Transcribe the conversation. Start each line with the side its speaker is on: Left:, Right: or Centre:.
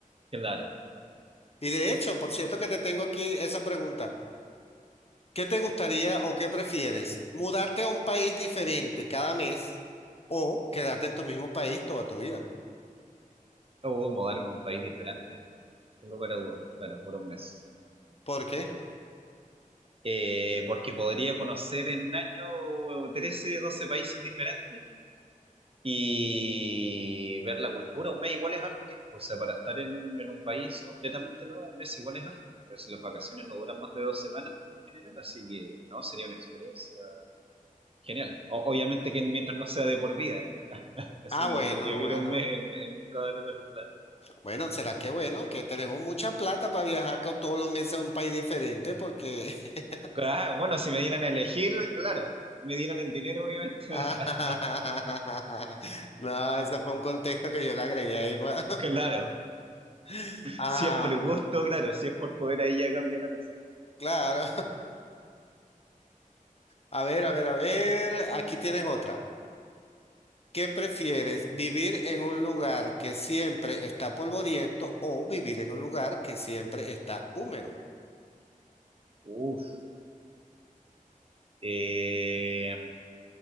Right: Claro.
Left: Y de hecho, por cierto que te tengo aquí esa pregunta. ¿Qué te gustaría o qué prefieres? ¿Mudarte a un país diferente cada mes o quedarte en tu mismo país toda tu vida?
Right: O mudarme a un país diferente. Sin lugar a dudas, claro, por un mes.
Left: ¿Por qué?
Right: Eh, porque podría conocer en un año 13 12 países diferentes y ver la cultura. Un mes igual es harto tiempo. O sea, para estar en un, en un país completamente nuevo, un mes igual es harto. A veces las vacaciones no duran más de dos semanas por lo general, así que no, sería una experiencia Genial. O- obviamente que mientras no sea de por vida. Así
Left: Ah,
Right: no
Left: bueno,
Right: lo podría vivir
Left: bueno.
Right: un mes en, en cada lugar, claro.
Left: Bueno, ¿será que bueno? Que tenemos mucha plata para viajar ca- todos los meses a un país diferente porque... <laughs>
Right: Ah, bueno, si me dieran a elegir, claro. Me dieran el dinero, obviamente.
Left: Ah,
Right: <laughs> ahora,
Left: <laughs> No, ese fue un contexto que yo le agregué ahí. pa-
Right: Claro.
Left: <laughs> Ah,
Right: Si es por gusto, claro. Si es por poder, ahí ya cambia la cosa.
Left: claro. A ver, a ver, a ver. Aquí tienes otra. ¿Qué prefieres? ¿Vivir en un lugar que siempre está polvoriento o vivir en un lugar que siempre está húmedo?
Right: Uf. Eh,